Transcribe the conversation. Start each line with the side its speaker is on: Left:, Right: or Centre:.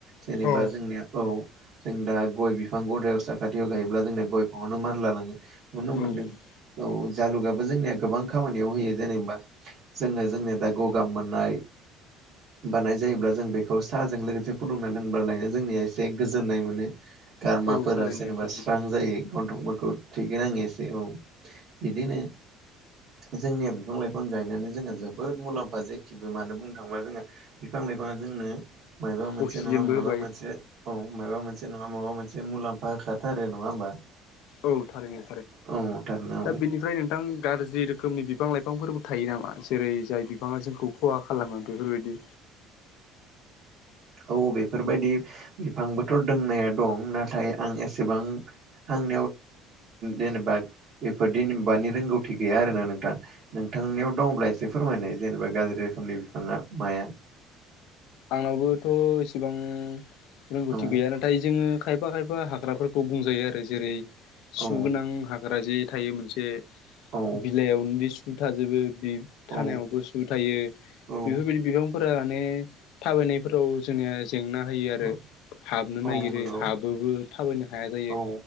Right: जेनेबा
Left: औ
Right: जोंनिया औ जों दा गइ बिफां बिफां गदायाव साखाथियाव गायोब्ला जोंनि गइ बिफाङावनो मानला लाङो नुनो
Left: औ
Right: मोनो औ जालुगाबो जोंनिया गोबां गोबां खामानियाव होयो जेनेबा जोङो जोंनिया दा गगा मोननाय बानाय जायोब्ला जों बेखौ साहाजों लोगोसे फुदुंना लोंबा लायानो जोंनिया एसे गोजोननाय मोनो गारमाफोरा
Left: औ थारैनो
Right: जेनेबा
Left: थारैनो
Right: स्रां जायो गन्थंफोरखौ थिगै नाङै औ बिदिनो जोंनियाव बिफां लाइफां बिफां गायनानै जोंहा जोबोद मुलाम्फा जेखिबो म होन बुंनो थाङोबा जोङो बिफां लाइफाङा जोंनो मायाबा मोनसे
Left: अक्सिजेनबो
Right: नङा माबा
Left: होबाय
Right: मोनसे औ माबा मोनसे नङा माबा मोनसे मुलाम्फा बाखाथारो नंङा होमबा?
Left: औ थारैनो
Right: औ थारैनो
Left: दा बिनिफ्राय नोंथां गाज्रि रोखोमनि बिफां लाइफांफोरबो थायो नामा जेरै जाय बिफाङा जोंखौ खहा खालामो बेफोरबायदि।
Right: औ बेफोरबायदि बिफांबोथ' दोंनाया दं नाथाय आं एसेबां आं जेनेबा बेफोरदि मानि रोंगौथि गैया आरोना नोंथां नोंथनि <unintelligible> बि दंब्ला एसे फोरमायनाय जेनेबा गाज्रि रोखोमनि बिफाङा माया।
Left: आंनावबोथ' इसेबां रोंगौथि
Right: औ
Left: गैया नाथाय जोङो खायफा खायफा हाग्राफोरखौ बुंजायो आरो जेरै सुगोनां
Right: औ
Left: हाग्रा जे थायो मोनसे
Right: औ
Left: बिलाइयावनो दै सु थाजोबो बि
Right: औ
Left: थानायावबो सु थायो
Right: औ
Left: बेफोरबायदि बिफांफोरा माने थाबायनायफोराव जोंनिया जेंना होयो आरो।
Right: औ
Left: हाबनो
Right: औ
Left: नागिरो
Right: नंगौ
Left: हाबोबो थाबायनो हाया जायो
Right: औ